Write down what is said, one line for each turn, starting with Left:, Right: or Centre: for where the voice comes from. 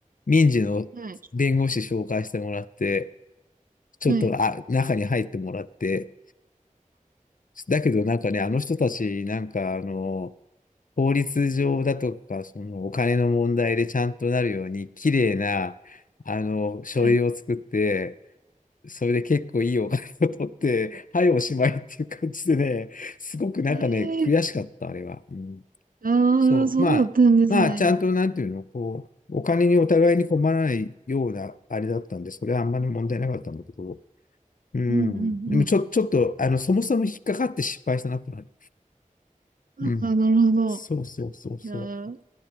Left: 民事の弁護士紹介してもらって、
Right: はい。
Left: ちょっと、
Right: はい。
Left: あ、中に入ってもらって、だけどなんかね、あの人たち、なんか、あの、法律上だとか、そのお金の問題でちゃんとなるように、綺麗な、あの、書類を作って、
Right: はい。
Left: それで結構いいお金を取って、はい、おしまいっていう感じでね、すごくなんかね、
Right: ええー
Left: 悔しかった、あれは。うん、
Right: ああ、
Left: そう、
Right: そうだったんですね。
Left: まあ、まあ、ちゃんと、なんていうの、こう、お金にお互いに困らないような、あれだったんで、それはあんまり問題なかったんだけど、
Right: う
Left: うん。
Right: ん、うん、
Left: でも、ちょ、ちょっと、あの、そもそも引っかかって失敗したなってのはある。
Right: うん。
Left: うん。
Right: ああ、なるほど。
Left: そうそうそうそう。
Right: いやー、